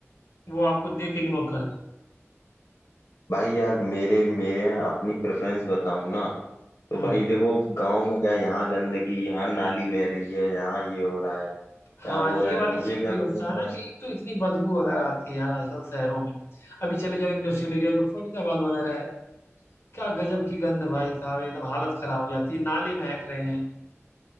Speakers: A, on the left; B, on the left.
A: वो आपको देख के इग्नोर कर दे
B: भाई यार मेरे मेरे अपनी प्रेफरेंस बताऊं ना तो
A: हम्म
B: भाई देखो गांव में क्या यहाँ गंदगी यहाँ नाली बह रही है यहाँ ये हो रहा है
A: हाँ
B: यहाँ वो हो रहा
A: ये
B: है
A: वाली
B: मुझे
A: चीज
B: क्या
A: भी होता
B: पसंद
A: है ना
B: है
A: कि एक तो इतनी बदबू वगैरह
B: ना
A: आती है यार आजकल शहरों में अभी चले जाओ इंडस्ट्रियल एरिया जो फरीदाबाद वगैरह है क्या गजब की गंध भाई साहब एकदम हालत खराब हो जाती है नाले महक रहे हैं